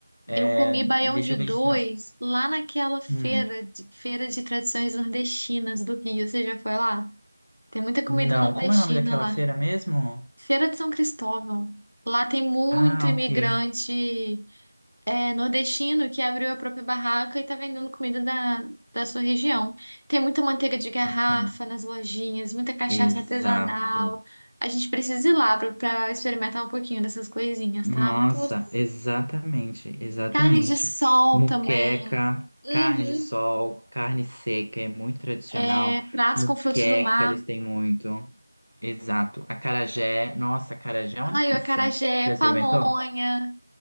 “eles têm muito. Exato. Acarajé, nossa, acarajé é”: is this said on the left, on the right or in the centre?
Left